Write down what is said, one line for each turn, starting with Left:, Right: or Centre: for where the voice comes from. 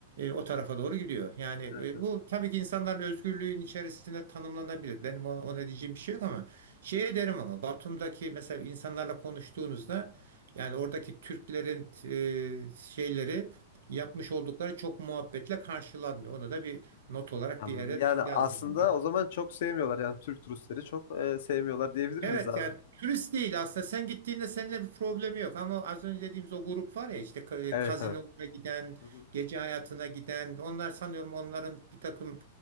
Right: o tarafa doğru gidiyor. Yani e,
Left: Evet evet.
Right: bu tabii ki insanların özgürlüğün içerisinde tanımlanabilir. Benim ona, ona diyeceğim bir şey yok ama şey derim ama Batum'daki mesela insanlarla konuştuğunuzda yani oradaki Türklerin e, şeyleri yapmış oldukları çok muhabbetle karşılanmıyor. Onu da bir not olarak
Left: Am,
Right: bir yere
Left: Yani aslında
Right: yaz yani.
Left: o zaman çok sevmiyorlar yani Türk turistleri çok e, sevmiyorlar diyebilir miyiz
Right: Evet
Left: abi?
Right: yani turist değil aslında sen gittiğinde seninle bir problemi yok ama az önce dediğimiz o grup var ya işte ka- e,
Left: Evet
Right: kazinolara
Left: evet.
Right: giden,
Left: Hı hı.
Right: gece hayatına giden onlar sanıyorum onların bir takım